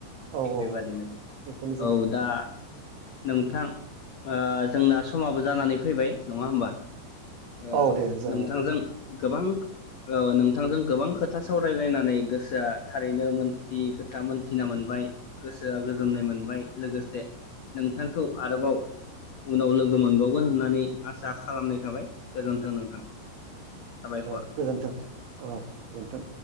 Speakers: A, on the right; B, on the left.
A: औ
B: थिग बेबादिनो।
A: औ बेखौनो जों
B: औ
A: नुनो मोनो
B: दा नोंथां ओ जोंना समाबो जानानै फैबाय नङा होमबा? ओ
A: औ दे जागोन
B: नोंथांजों गोबां ओ नोंथांजों गोबां खोथा सावरायलायनानै गोसोया थारैनो मोनथियै खोथा मोनथिना मोनबाय गोसोया गोजोननाय मोनबाय लोगोसे नोंथांखौ आरोबाव उनाव लोगो मोनबावगोन होननानै आसा खालामनाय थाबाय। गोजोन्थों नोंथां। साबायखर
A: दे गोजोनथों अ गोजोनथों।